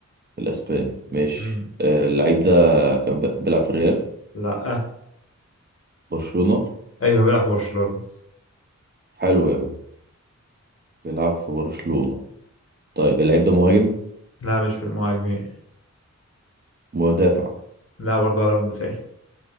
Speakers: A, on the right (about 35°); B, on the left (about 50°).
A: الإسباني ماشي
B: مم.
A: آه، اللعيب ده كان ب- بيلعب في الريال
B: لا
A: برشلونة
B: ايوه بيلعب في برشلونة
A: حلو أوي بيلعب في برشلونة طيب اللعيب ده مهاجم
B: لا مش في المهاجمين
A: مدافع
B: لا برضه ولا مدافع